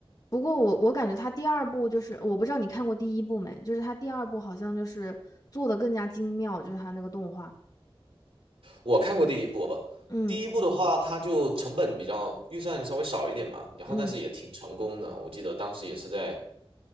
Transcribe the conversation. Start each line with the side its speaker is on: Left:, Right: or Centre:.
Left: 不过我我感觉他第二部就是我不知道你看过第一部没，就是他第二部好像就是做的更加精妙，就是他那个动画。
Right: 我看过第一部，
Left: 嗯
Right: 第一部的话，它就成本比较预算稍微少一点嘛，然后但是也挺成功的。
Left: 嗯
Right: 我记得当时也是在